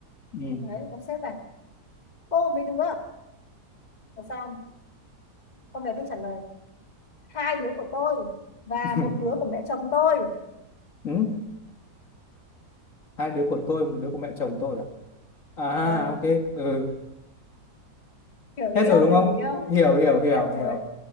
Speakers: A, on the left (about 50°); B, on the left (about 25°).
A: Ừ.
B: đấy ông sếp bảo cô mấy đứa làm sao con bé tôi trả lời hai đứa của tôi và
A: Ừ.
B: một đứa của mẹ chồng tôi
A: Ừ? Hai đứa của tôi một đứa của mẹ chồng tôi à? À
B: ờ,
A: ok ừ.
B: hiểu
A: Hết
B: ý
A: rồi
B: không
A: đúng
B: hiểu
A: không?
B: ý không
A: Hiểu hiểu hiểu
B: em rồi
A: hiểu.